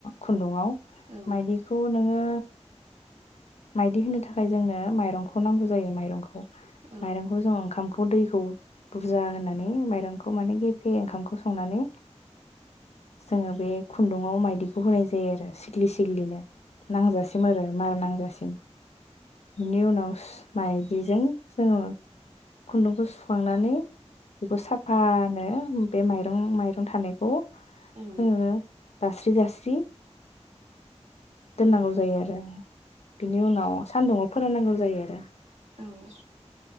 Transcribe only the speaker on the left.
खुन्दुुंआव
मायदि खौ नोङो माइदि होनो थाखाय जोंनो माइरंखौ नांगौ जायो माइरंखौ
माइरंखौ जों ओंखामखौ दैखौ बुरजा होनानै माइरंखौ माने गेफे ओंखामखौ संनानै जोङो बे खुन्दुङाव माइदिखौ होनाय जायो आरो सिग्लि सिग्लिनो नांजासिम आरो मार नांजासिम बेनि उनाव माइदिजों जोङो खुन्दुंखौ सुखांना नै बेखौ साफानो बे माइरं माइरं थानायखौ
जोङो दास्रि दास्रि दोननांगौ जायो आरो बिनि उनाव सान्दुङाव फोराननांगौ जायो आरो